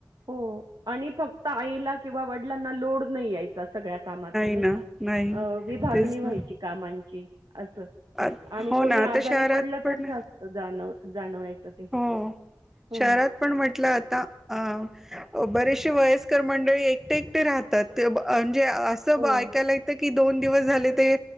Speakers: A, on the right (about 60°); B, in the centre.
A: हो आणि फक्त आईला किंवा वडिलांना लोड नाही याय चा सगळ्या कामाचा नाही
B: ना
A: का
B: नाही
A: अ विभागणी
B: तेच
A: व्हायची
B: ना
A: कामांची असं
B: आत
A: आणि
B: हो
A: कोणी
B: ना
A: आजारी
B: आता शहरात
A: पडलं
B: पण
A: तर जास्त जाणव जाणवायचं ते.
B: हो
A: हं.
B: शहरात पण म्हटलं आता अ बरेचसे वयस्कर मंडळी एकटे, एकटे राहतात, म्हणजे असं
A: हो.
B: ऐकायला येत की की दोन दिवस झाले ते